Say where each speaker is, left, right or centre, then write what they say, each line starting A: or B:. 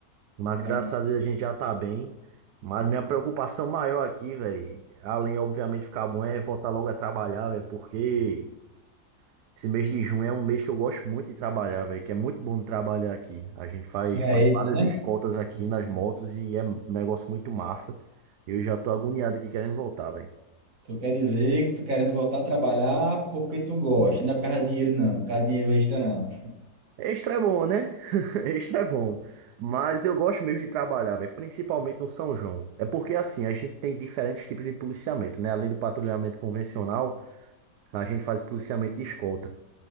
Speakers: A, on the right; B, on the right.
A: Mas
B: cara.
A: graças a Deus a gente já tá bem. Mas minha preocupação maior aqui, velho, além obviamente de ficar bom, é voltar logo a trabalhar, velho, porque esse mês de junho é um mês que eu gosto muito de trabalhar, velho, que é muito bom de trabalhar aqui. A gente faz,
B: É
A: faz
B: isso,
A: várias
B: né?
A: escoltas aqui nas motos e é um negócio muito massa. Eu já tô agoniado aqui querendo voltar, velho.
B: Tu quer dizer que tu querendo voltar a trabalhar porque tu gosta, não é por causa de dinheiro, não. Por causa de dinheiro extra, não.
A: Extra é bom, né? <laughs> Extra é bom. Mas eu gosto mesmo de trabalhar, velho, principalmente no São João. É porque assim, a gente tem diferentes tipos de policiamento, né? Além do patrulhamento convencional, a gente faz policiamento de escolta.